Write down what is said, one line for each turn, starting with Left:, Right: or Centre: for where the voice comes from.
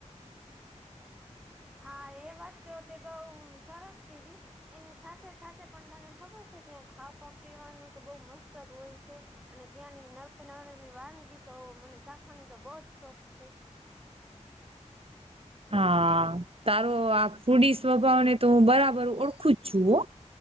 Centre: હા એ વાત તો તે બઉ સરસ કીધી. એની સાથે સાથે પણ તને ખબર છે, ત્યાં ખાવા પીવાનું તો બઉ મસ્ત જ હોય છે. અને ત્યાંની નવી નવી નવી વાનગીતો મને ચાખવાની તો બહ જ શોખ છે.
Right: હા. તારો આ ફૂડી સ્વભાવને તો હું બરાબર ઓળખું જ છું હો.